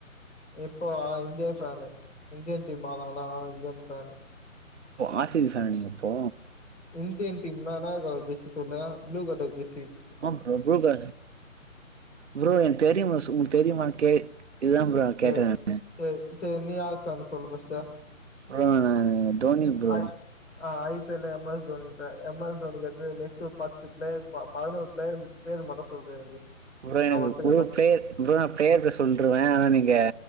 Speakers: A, on the left; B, on the right.
A: இப்போ இந்தியா ஃபேனு இந்தியன் டீம் ஆட்ராங்களா அத்னால இந்தியன் ஃபேனு
B: ஓ ஆ சி பி ஃபேனா நீங்க இப்போ
A: இந்தியன் டீம்ல என்னா கலர் ஜெசி சொல்லு ப்ளூ போட்ட ஜெசி
B: ஆஹ் ப்ரோ புளு கல ப்ரோ எனக்கு தெரியு பாஸ் உங்களுக்கு தெரியுமான் கே இதுதா ப்ரோ கேட்டே
A: உஹ்
B: நானு.
A: செரி செரி நீ யாரு ஃபேனு சொல்லு ஃபஸ்ட்டு
B: ப்ரோ நானு தோனி ப்ரோ
A: ஐ ஆ I P L M S தோனின்ற எம் எஸ் தோனி கடுத்து நெக்ஸ்ட்டு பத்து பிளேயர் பதினோரு பிளேயர் பேர் மட்டு சொல்றியா எனக்கு
B: ப்ரோ எனக்கு
A: நா ஒத்துக்கறே
B: ஒரு பிளேயர் ப்ரோ நா பிளேயர் பே சொல்ருவே ஆனா நீங்க